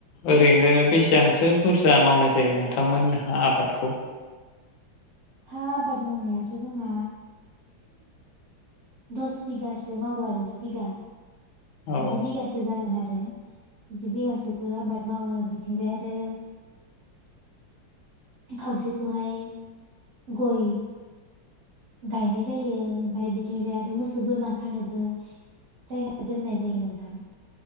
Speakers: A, on the left; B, on the right.
A: ओरैनो बेसेबांसो बुरजा मावनाय जायो नोंथांमोनहा आबादखौ?
B: हा आबाद मावनायाथ' जोंना दस बिगासो मावो आरो जि बिगा।
A: औ
B: जि बिगासो जागोन आरो। बे जि बिगासोखो आबाद मावो बिथिंजाय आरो खावसेखौहाय गय गायनाय जायो ओमफाय बिथिं जाय आरो मोसौ बोरमा खानोबो जायगा दोननाय जायो नोंथां।